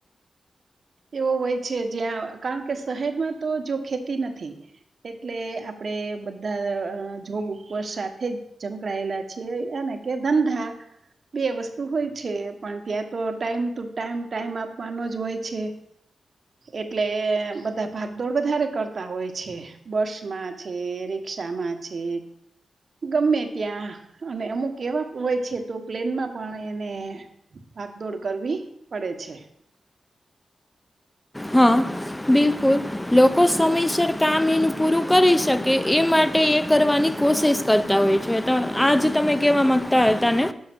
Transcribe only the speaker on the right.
એવો હોય છે જ્યાં કારણ કે શહેરમાં તો જો ખેતી નથી એટલે આપણેે બધા જોબ ઉપર સાથે જ સંકળાયેલા છે એને કે ધંધા બે વસ્તુ હોય છે પણ ત્યાં તો ટાઈમ ટુ ટાઈમ ટાઈમ આપવાનો જ હોય છે. એટલે બધા ભાગદોડ વધારે કરતા હોય છે, બસમાં છે, રિક્ષામાં છે, ગમે ત્યાં અને અમુક એવા હોય છે તો પ્લેનમાં પણ એને ભાગદોડ કરવી પડે છે.